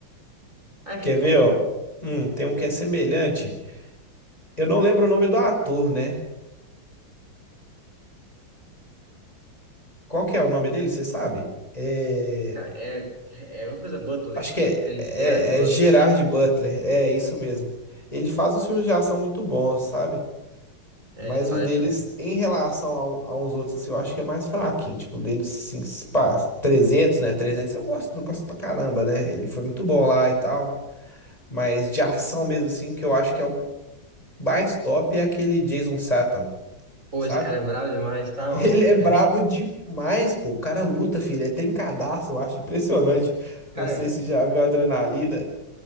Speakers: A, on the right; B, on the left.
A: Ai,
B: Quer
A: ô,
B: ver, ó? Hum, tem um que é semelhante. Eu não lembro o nome do ator, né? Qual que é o nome dele, você sabe? É...
A: cara, é, é uma coisa Butler.
B: Acho que
A: Acho
B: é,
A: que é
B: é,
A: Gerard Butler.
B: é Gerard Butler. É, isso mesmo. Ele faz uns filmes de ação muito bons, sabe?
A: É,
B: Mas
A: ele faz,
B: os deles,
A: cara.
B: em relação a, um- a uns outros, assim, eu acho que é mais fraquinho. Tipo, o deles, assim, se pá, 300, né? trezentos eu gosto, eu gosto pra caramba, né? Ele foi muito bom lá e tal. Mas de ação mesmo, assim, que eu acho que é o mais top é aquele Jason Statham,
A: Pô,
B: sabe?
A: esse cara é bravo demais, tá maluco,
B: Ele é
A: cara.
B: brabo demais, pô. O cara luta, filho. É trincadaço, eu acho impressionante.
A: É. Cara,
B: Não sei se já viu a adrenalina.